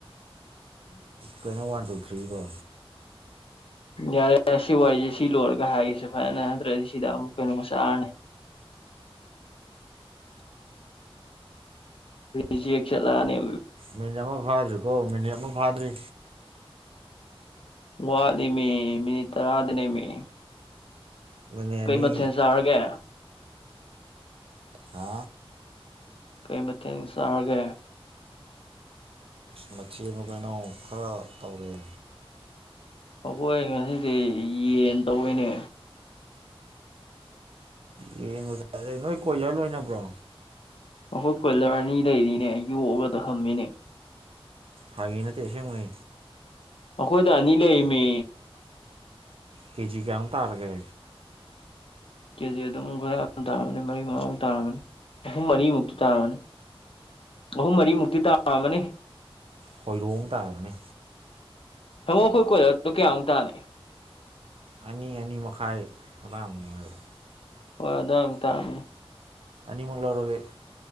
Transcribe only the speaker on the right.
ꯀꯩꯅꯣ ꯋꯥꯟ ꯇꯨ ꯊ꯭ꯔꯤ ꯀꯣ
ꯃꯤꯅꯤꯠ ꯑꯃ ꯐꯥꯗ꯭ꯔꯤꯀꯣ ꯃꯤꯅꯤꯠ ꯑꯃ ꯐꯥꯗ꯭ꯔꯤ
ꯃꯤꯅꯤꯠ
ꯑꯅꯤ
ꯍꯥ
ꯑ ꯃꯊꯤ ꯃ ꯀꯣꯏꯅꯥꯎ ꯈꯔ ꯇꯧꯔꯛꯑꯦ
ꯌꯦꯡꯉꯨꯗꯗꯩ ꯅꯣꯏ ꯀꯣꯏꯍ ꯂꯣꯏꯅꯕ꯭ꯔꯣ
ꯐꯥꯒꯤ ꯅꯠꯇꯦ ꯑꯁꯦꯡꯕꯅꯤ
ꯀꯦꯖꯤ ꯀꯌꯥꯃꯨꯛ ꯇꯥꯔꯒꯦ
ꯍꯣꯏꯔꯣꯡ ꯇꯥꯕꯅꯤ
ꯑꯅꯤ ꯑꯅꯤ ꯃꯈꯥꯏ ꯑꯔꯥꯡ ꯅꯨꯡꯉꯥꯏꯔꯦ
ꯑꯅꯤꯃꯛ ꯂꯧꯥꯎꯔꯒꯦ